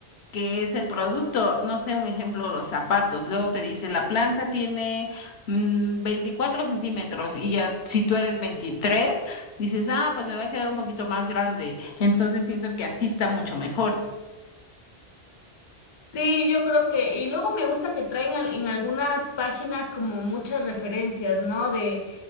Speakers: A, on the left (about 80°); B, on the left (about 40°).
A: que es el producto, no sé, un ejemplo, los zapatos. Luego te dice, la planta tiene mm, 24 centímetros y ya si tú eres 23 dices, ah, pues me va a quedar un poquito más grande. Entonces siento que así está mucho mejor.
B: Sí, yo creo que, y luego me gusta que traen al- en algunas páginas como muchas referencias, ¿no? De,